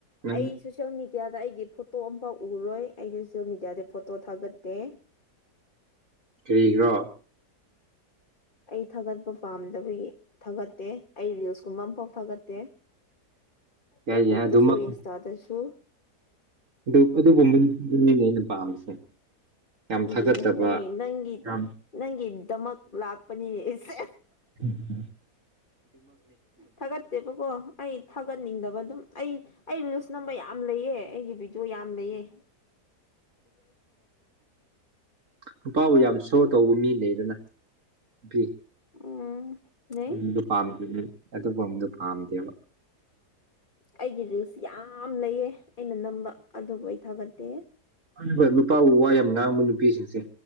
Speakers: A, on the right; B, on the left.
A: ꯅꯪ
B: ꯑꯩ ꯁꯣꯁꯜ ꯃꯗꯤ ꯃꯦꯗꯤꯌꯥꯗ ꯑꯩꯒꯤ ꯐꯣꯇꯣ ꯑꯃꯝꯐꯥꯎ ꯎꯔꯣꯏ ꯑꯩꯗꯤꯁꯨ ꯃꯦꯗꯤꯌꯥꯗ ꯐꯣꯇꯣ ꯊꯥꯒꯠꯇꯦ
A: ꯀꯔꯤꯒ꯭ꯔꯣ
B: ꯑꯩ ꯊꯥꯒꯠꯄ ꯄꯥꯝꯗꯕꯒꯤ ꯊꯥꯒꯠꯇꯦ ꯑꯩ ꯔꯤꯜꯁ ꯀꯨꯝꯕ ꯑꯃꯐꯥꯎ ꯊꯥꯒꯠꯇꯦ
A: ꯌꯥꯏ
B: ꯐꯦꯁꯕꯨꯛꯇꯁꯨ
A: ꯑꯗꯨꯃ
B: ꯏꯟꯁꯇꯥꯗꯁꯨ
A: ꯑꯗꯨ ꯑꯗꯨꯒꯨꯝꯕꯅꯤꯅꯦ ꯑꯩꯅ ꯄꯥꯝꯃꯤꯁꯦ ꯌꯥꯝ
B: ꯑꯗꯨꯅꯤ
A: ꯊꯥꯒꯠꯆꯕ
B: ꯅꯪ ꯅꯪꯒꯤ
A: ꯌꯥꯝ
B: ꯅꯪꯒꯤꯗꯃꯛ ꯂꯥꯛꯄꯅꯤꯅꯦ ꯑꯩꯁꯦ
A: ꯎꯝꯝ
B: ꯊꯥꯒꯠꯇꯦꯕꯀꯣ ꯑꯩ ꯊꯥꯒꯠꯅꯤꯡꯗꯕ ꯑꯗꯨꯝ ꯑꯩ ꯑꯩ ꯔꯤꯜꯁ ꯅꯝꯕ ꯌꯥꯝ ꯂꯩꯑ ꯑꯩꯒꯤ ꯚꯤꯗꯤꯑꯣ ꯌꯥꯝ ꯂꯩꯑ
A: ꯎꯝ ꯄꯥꯎ ꯌꯥꯝ ꯁꯣ ꯀꯧꯕꯧꯕ ꯃꯤꯅꯦꯗꯅ ꯐꯤ
B: ꯎꯝ ꯂꯩ
A: ꯝꯗ ꯑꯗꯨꯗꯨ ꯄꯥꯝꯗꯦꯕ
B: ꯑꯩꯒꯤ ꯔꯤꯜꯁ ꯌꯥꯝ ꯂꯩꯌꯦ ꯑꯩꯅ ꯅꯝꯕ ꯑꯗꯨꯕꯨ ꯑꯩ ꯊꯥꯒꯠꯇꯦ
A: ꯑꯗꯨꯒ ꯅꯨꯄꯥꯕꯨ ꯋꯥ ꯌꯥꯝ ꯉꯥꯡꯕ ꯅꯨꯄꯤꯁꯤꯡꯁꯦ